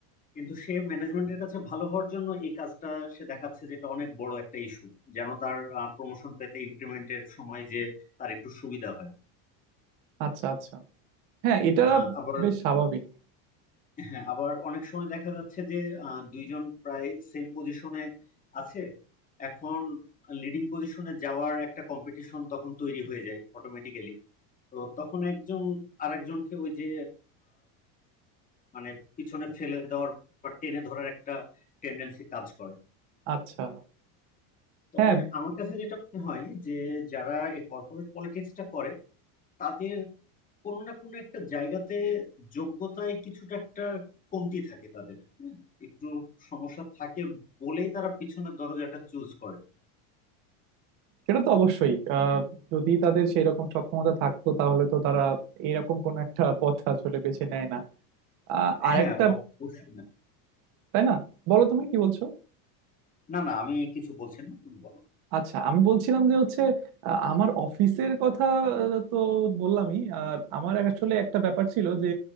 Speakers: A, on the left; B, on the right.
A: কিন্তু সে ম্যানেজমেন্টের কাছে ভালো হওয়ার জন্য এই কাজটা সে দেখাচ্ছে যে এটা অনেক বড় একটা ইস্যু যেন তার প্রমোশন পেতে ইনক্রিমেন্টের সময় যে তার একটু সুবিধা হয়
B: আচ্ছা আচ্ছা হ্যাঁ এটা
A: আহ, আবার
B: বেশ স্বাভাবিক
A: হ্যাঁ আবার অনেক সময় দেখা যাচ্ছে যে আহ, দুইজন প্রায় সেম পজিশনে আছে এখন লিডিং পজিশনে যাওয়ার একটা কম্পিটিশন তখন তৈরি হয়ে যায় অটোমেটিক্যালি তো তখন একজন আরেকজনকে ওই যে মানে পিছনে ফেলে দেওয়ার বা টেনে ধরার একটা টেন্ডেন্সি কাজ করে
B: আচ্ছা
A: তবে
B: হ্যাঁ
A: আমার কাছে যেটা মনে হয় যে যারা এই কর্পোরেট পলিটিক্সটা করে তাদের কোনো না কোনো একটা জায়গাতে যোগ্যতায় কিছুটা একটা কমতি থাকে তাদের হুম, একটু সমস্যা থাকে বলেই তারা পিছনের দরজাটা চুজ করে
B: সেটা তো অবশ্যই আহ, যদি তাদের সেই রকম সক্ষমতা থাকতো তাহলে তো তারা এরকম কোন একটা পথ আসলে বেছে নেয় না আহ, আরেকটা
A: হ্যাঁ অবশ্যই না
B: তাই না বলো তুমি কি বলছো
A: না না আমি কিছু বলছি না তুমি বলো
B: আচ্ছা আমি বলছিলাম যে হচ্ছে আহ, আমার অফিসের কথা আহ, তো বললামই আর আমার আসলে একটা ব্যাপার ছিল যে